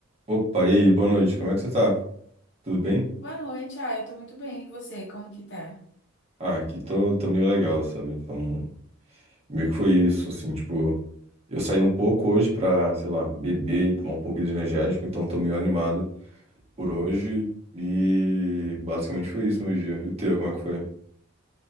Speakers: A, on the right; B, on the left.
A: Opa, e aí, boa noite, como é que você tá? Tudo bem?
B: Boa noite, ah, eu tô muito bem. E você, como que tá?
A: Ah, aqui tô, tô meio legal, sabe? Então, meio que foi isso, assim, tipo, eu saí um pouco hoje pra, sei lá, beber e tomar um pouco de energético, então tô meio animado por hoje e basicamente foi isso meu dia. E o teu, como é que foi?